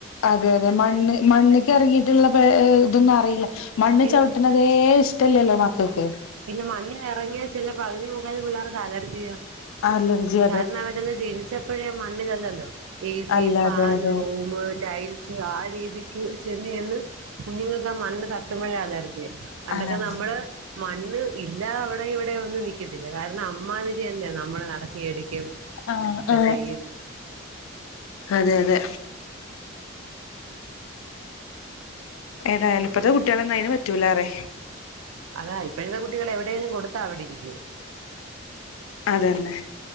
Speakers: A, on the left; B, on the right.
A: അതെ അതെ മണ്ണ് മണ്ണ് ക്കെർങ്ങിട്ട്ള്ള തൊന്നും അറിയില്ല മണ്ണ്
B: ഇല്ല
A: ചവ്ട്ട്ണതേ ഇഷ്ടല്ല്യല്ലോ മക്കക്ക്
B: പിന്നെ മണ്ണില് എറങ്ങിയാ ചില പകുതി മുക്കാൽ പിള്ളേർക്ക് അലർജിയാ
A: അലർജിയാ
B: കാരണം അവരല്ലാം ജനിച്ചപ്പഴേ മണ്ണിലല്ലല്ലോ എസി
A: അല്ല
B: ഫാന്
A: അതെ അതെ
B: റൂമ് ടൈൽ ച്ച് ആ രീതിക്ക് ചെന്ന് എന്ന് കുഞ്ഞുങ്ങൾക്ക്‌ ആ മണ്ണ് തട്ടുമ്മഴേ അലർജിയ പണ്ടക്കെ
A: അലർജി
B: നമ്മള് മണ്ണ് ഇല്ല അവടെ ഇവടെ ഒന്നും നിക്കത്തില്ല കാരണം അമ്മാതിരിയല്ലേ നമ്മളെ നടക്കി എടു <unintelligible>
A: ആഹ് ആഹ്
B: ചെയ്യും
A: അതെ അതെ ഏതായാലും ഇപ്പത്ത കുട്ടിയളന്നും അയ്ന് പറ്റൂലാ റെ
B: അതാ ഇപ്പഴത്തെ കുട്ടികളെ എവിടെലും കൊടുത്താ അവിടെ ഇരിക്കും
A: അതന്നെ